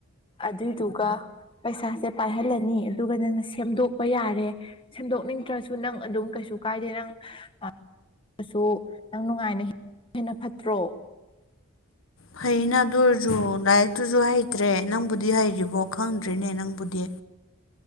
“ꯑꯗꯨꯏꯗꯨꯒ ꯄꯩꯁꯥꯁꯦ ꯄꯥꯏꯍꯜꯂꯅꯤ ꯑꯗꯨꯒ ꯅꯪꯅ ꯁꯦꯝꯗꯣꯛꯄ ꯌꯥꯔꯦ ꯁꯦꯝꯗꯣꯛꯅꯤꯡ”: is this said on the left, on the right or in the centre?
Left